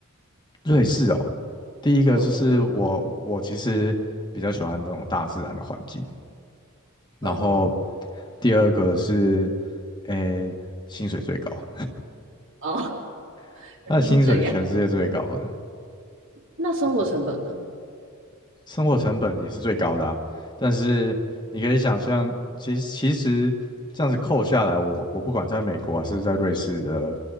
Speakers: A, on the left; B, on the right.
A: 瑞士哦。第一个就是我我其实比较喜欢这种大自然的环境，
B: 嗯
A: 然后
B: 嗯，
A: 第二个是，诶，薪水最高，
B: 哦，<laughs>
A: <laughs>
B: 原来是这样。
A: 他的薪水是全世界最高的。
B: 那生活成本呢？
A: 对。生活成本也是最高的啊。但是你可以想象，其实其实这样子扣下来，我我不管在美国还是在瑞士的，